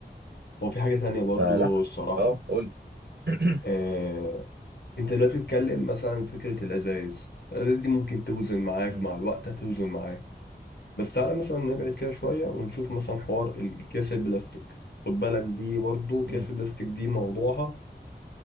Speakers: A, on the left; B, on the right.
A: هو في حاجه تانية برضو
B: فلا
A: الصراحه
B: اه قول <coughs> <clears throat>
A: آه. انت دلوقتي بتتكلم مثلا عن فكره الازايز الازايز دي ممكن توزن معاك
B: مم.
A: مع الوقت هتوزن معاك بس تعالى مثلا نبعد كده شويه ونشوف مثلا حوار الكيس البلاستيك خد بالك دي برضو كيس
B: مم.
A: البلاستيك دي موضوعها